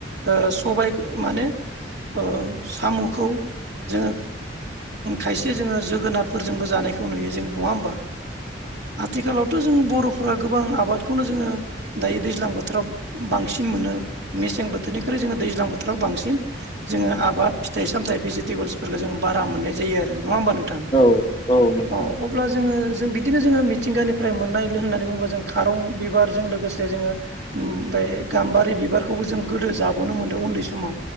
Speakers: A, on the right; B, on the left.
A: ओ सबायखो माने ओ साम'खौ जोङो खायसे जोङो जोगोनारफोरजोंबो जानायखौ नुयो जों नङा होमबा। आथिखालावथ' जों बर'फोरा गोबां आबादखौनो जोङो दायो दैज्लां बोथोराव बांसिन बांसिन मोनो मेसें बोथोरनिख्रोय जोंङो दैजां बोथोराव बांसिन जोङो आबाद फिथाइ सामथाइ बेजेत तेबोल्सफोरखो जोङो बारा मोननाय जायो आरो नङा होम्बा नोंथां
B: औ औ नोंथां
A: अ' अब्ला जोङो जों बिदिनो जोङो मिथिंगानिफ्राय मोननायलो होननानै बुङोबा जों खारं बिबारजों लोगोसे जोङो उम ओफाय गाम्बारि बिबारखौबो जों गोदो जाबोननो मोन्दों उन्दै समाव